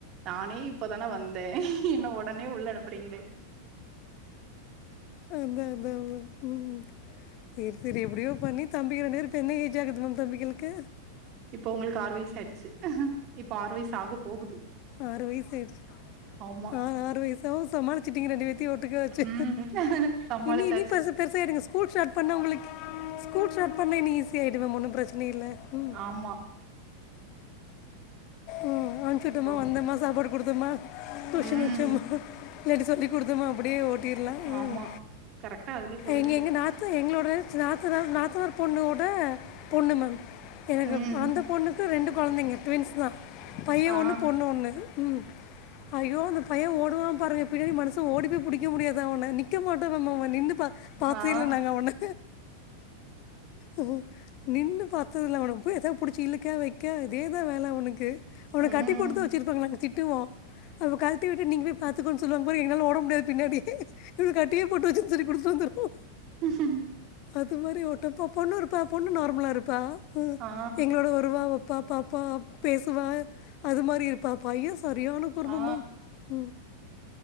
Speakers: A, on the right; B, on the left.
A: நானே இப்ப தான வந்தே என்ன ஒடனே உள்ள அனுப்புறீங்ளே
B: அதா அதா ம் ம் செரி செரி எப்டியோ பண்ணி தம்பிக ரெண்டு பேரு இப்ப என்ன ஏஜ் ஆகுது மேம் தம்பிகளுக்கு
A: இப்ப உங்களுக்கு ஆறு வயசு ஆயிடுச்சு இப்ப ஆறு வயசு ஆக போகுது
B: ஆறு வயசு ஆயிடுச்
A: ஆமா
B: ஆ ஆறு வயசாவு சமாளிச்சிட்டீங்க ரெண்டு பேத்தையு ஓட்டுக்காச்சு
A: ம் சமாளிச்சாச்சு
B: இனி இனி பச பெருசாய்டுங்க ஸ்கூல் ஸ்டாட் பண்ணா உங்களுக்கு ஸ்கூல் ஸ்டாட் பண்ணா இன்னு ஈஸி ஆய்டு மேம் ஒன்னு பிரச்சன இல்ல ம்
A: ஆமா
B: ம் அனுச் வுட்டமா
A: இப்போ
B: வந்தமா சாப்பாடு குடுத்தமா டியூஷன்
A: ம்
B: வச்சமா இல்ல இப்டி சொல்லி் குடுத்தமா அப்டியே ஓட்டிர்லா ம்
A: ஆமா கரெக்டா அதுலயே போயிடுது
B: எங்க எங்க நா த எங்களோட நாத்தனார் நாத்தனார் பொண்ணோட பொண்ணு மேம் எனக்கு
A: ம்
B: அந்த பொண்ணு ரெண்டு கொழந்தைங்க டுவின்ஸ் தா பைய
A: ஆ
B: ஒன்னு பொண்ணு ஒன்னு ம் ஐயோ அந்த பைய ஓடுவா பாருங்க பின்னாடி மனுச ஓடி போய் புடிக்க முடியாது அவன நிக்க மாட்டா மேம் அவ நின்று பா பாத்தில்ல
A: ஆ
B: நாங்க அவன ஓ நின்னு பாத்ததுல்ல அவன போய் எதா புடிச்சு இழுக்க வெக்க இதேதா வேல அவுனுக்கு அவன
A: ம்
B: கட்டி போட்டுதா வெச்சுருப்பாங்க நாங் திட்டுவா அவ கல் டி விட்டு நீங் போய் பாத்துக்கோன் சொல்வாங் பார் எங்னாளா ஓட முடியாது பின்னாடி இவனு கட்டியே போட்டு வச்சுன் சொல்லி குடுத்துரு வந்துர்வோ
A: <unintelligible>
B: அது மாரி ஒட்டப்பா பொ பொண்ணுருப்பா பொண்ணு நார்மலா இருப்பா
A: ஆ
B: எங்களோட வருவா வப்பா பாப்பா பேசுவா அது மாரி இருப்பா பைய சரியான குறும்பு
A: ஆ
B: மா ம்